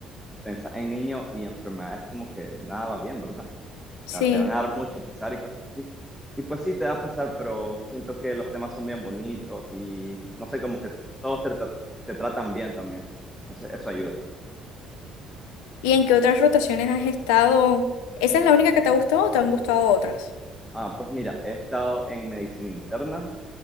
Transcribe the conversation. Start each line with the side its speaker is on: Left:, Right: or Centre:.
Centre: pensás en niños y enfermedades como que nada va bien, ¿verdad?
Left: Sí.
Centre: sea, te van a dar mucho pesar y cosas así. Y pues sí, te da pesar, pero siento que los temas son bien bonitos y no sé, como que todos te, tra- te tratan bien también. Entonces, eso ayuda.
Left: ¿Y en qué otras rotaciones has estado? ¿Esa es la única que te ha gustado o te han gustado otras?
Centre: Ah, pues mira, he estado en medicina interna